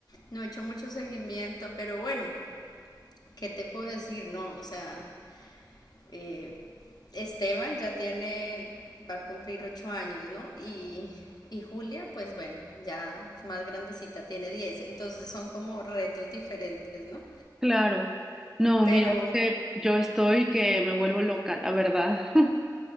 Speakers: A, on the left; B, in the centre.
A: no he hecho mucho seguimiento, pero bueno, ¿qué te puedo decir? No, o sea. Eh, Esteban ya tiene, va a cumplir ocho años, ¿no? Y, y Julia, pues bueno, ya es más grandecita, tiene 10, entonces son como retos diferentes, ¿no?
B: Claro. No,
A: Pero
B: mira, es que yo estoy que me vuelvo loca, la verdad. <laughs>